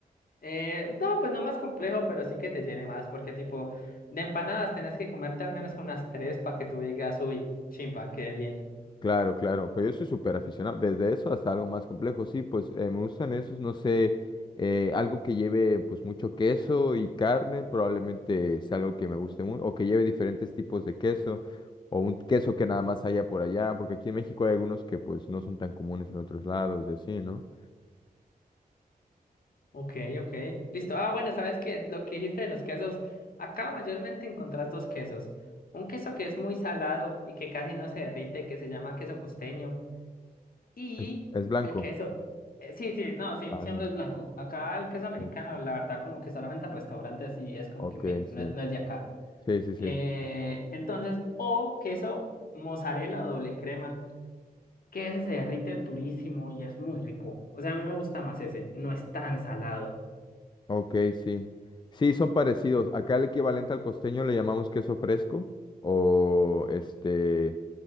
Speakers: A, on the left; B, on the left.
A: Eh, no, pues no más complejo, pero sí que te llene más, porque tipo, de empanadas tenés que comerte al menos unas tres para que tú digas, uy, chimpa, qué bien.
B: Claro, claro, pero yo soy súper aficionado, desde eso hasta algo más complejo, sí, pues eh, me gustan esos, no sé, eh, algo que lleve pues mucho queso y carne, probablemente sea algo que me guste mucho, o que lleve diferentes tipos de queso, o un queso que nada más haya por allá, porque aquí en México hay algunos que pues no son tan comunes en otros lados y así, ¿no?
A: Ok, ok, listo. Ah, bueno, ¿sabes qué? Lo que dijiste de los quesos, acá mayormente encontrás dos quesos. Un queso que es muy salado y que casi no se derrite, que se llama queso costeño. Y
B: Es, es blanco.
A: el queso, eh, sí, sí, no, sí,
B: Ah,
A: siempre
B: sí.
A: es blanco. Acá el queso americano,
B: sí.
A: la verdad, como que solamente en restaurantes y es como
B: Ok,
A: que me,
B: sí,
A: no es, no es de acá.
B: sí, sí, sí,
A: Eh, entonces, o queso mozzarella doble crema, que ese se derrite durísimo y es muy rico. O sea, a mí me gusta más ese, no es tan salado.
B: ok, sí. Sí, son parecidos, acá el equivalente al costeño le llamamos queso fresco, o este...